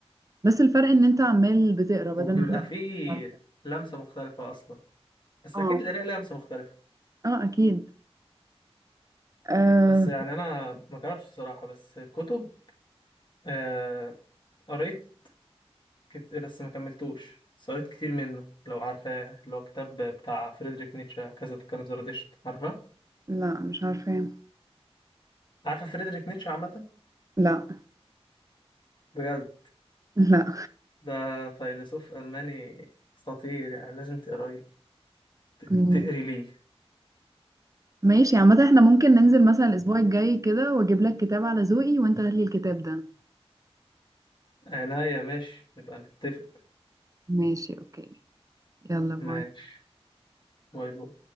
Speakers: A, on the right (about 30°); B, on the left (about 45°).
A: بس الفرق ان انت عمال بتقرا بدل
B: وبيبقى
A: ما
B: في
A: انت
B: لمسة مختلفة أصلا بس
A: اه
B: أكيد القراءة لها لمسة مختلفة
A: اه اكيد أه
B: بس يعني أنا ما جربتش الصراحة بس الكتب آه، قريت كت- بس ما كملتوش بس قريت كتير منه لو عارفاه اللي هو كتاب بتاع فريدريك نيتشه كذا تكلم في زرادشت عارفه
A: لا مش عارفة
B: عارفه فريدريك نيتشه عامه
A: لا
B: بجد
A: لا
B: ده فيلسوف ألماني خطير يعني لازم تقري ت-
A: مم.
B: تقري ليه
A: ماشي عامة احنا ممكن ننزل مثلا الأسبوع الجاي كده وأجيب لك كتاب على ذوقي وأنت هات لي الكتاب ده
B: عناية ماشي نبقى نتفق
A: ماشي أوكي يلا باي
B: ماشي باي باي